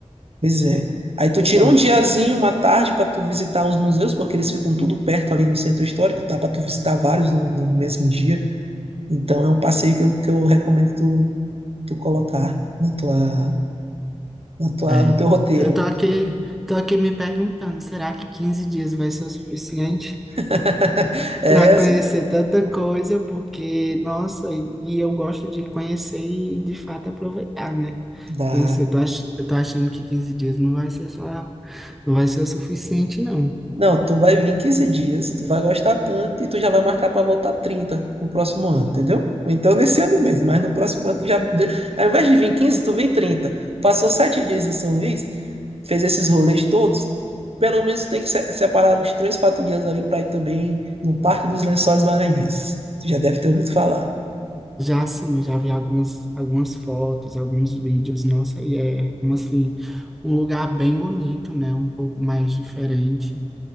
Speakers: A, on the right (about 55°); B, in the centre.
A: Pois é. Aí tu
B: Muito
A: tira
B: bom.
A: um diazinho, uma tarde para tu visitar os museus, porque eles ficam tudo perto ali no centro histórico, dá para tu visitar vários no, no mesmo dia. Então é um passeio que eu, que eu recomendo tu, tu colocar na tua, na tua,
B: É,
A: no teu roteiro.
B: eu tô aqui, tô aqui me perguntando, será que 15 dias vai ser o suficiente
A: <laughs> É,
B: para conhecer tanta coisa? Porque, nossa, e e eu gosto de conhecer e de fato aproveitar, né?
A: dá.
B: Então, assim, eu tô, ach- eu tô achando que 15 dias não vai ser só, não vai ser o suficiente, não.
A: Não, tu vai vir quinze dias, tu vai gostar tanto e tu já vai marcar para voltar 30 no próximo ano, entendeu? Ou então nesse ano mesmo, mas no próximo ano tu já. Ao invés de vir 15 tu vem 30. Passou 7 dias em São Luís, fez esses rolês todos, pelo menos tem que separar uns três 4 dias ali para ir também no Parque dos Lençóis Maranhenses. Tu já deve ter ouvido falar.
B: Já assim, eu já vi algumas, algumas fotos, alguns vídeos, nossa, e é, um, assim, um lugar bem bonito, né? Um pouco mais diferente